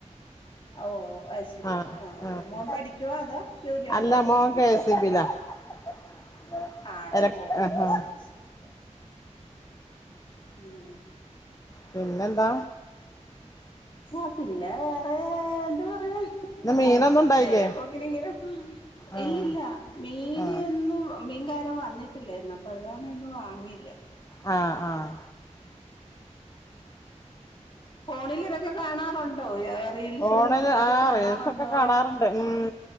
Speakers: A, on the left; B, on the left.
A: ഓ അത് ശരി
B: ആഹ്
A: ആഹ
B: ആഹ്
A: മോൻ പഠിക്കുവാ അതോ ജോലി ഒണ്ടോ
B: അല്ല <unintelligible>
A: ആണോ
B: എല
A: ഓ
B: ആഹ്
A: ശരി ശരി ഉം
B: പിന്നെന്താ
A: ആ പിന്നെ വേറെ എന്ത്‌ പറയാൻ
B: ഇന്ന് മീനൊന്നും ഉണ്ടായില്ലേ
A: നേരം പോക്കിനിങ്ങനെ
B: ആഹ്
A: ഇല്ലില്ല മീനൊന്നും
B: ആഹ്
A: മീൻകാരൻ വന്നി ട്ടില്ലായിരുന്നു അപ്പ അത് കാരണം ഇന്ന് വാങ്ങില്ല
B: ആഹ ആഹ
A: ഫോണിൽ ഇതൊക്കെ കാണാംൻ ണ്ടോ റീൽസും
B: ഫോണില്
A: ഇതൊക്കെ
B: ആഹ്
A: കാണാറുണ്ടോ
B: റീൽസൊക്കെ കാണാറുണ്ട് ഉം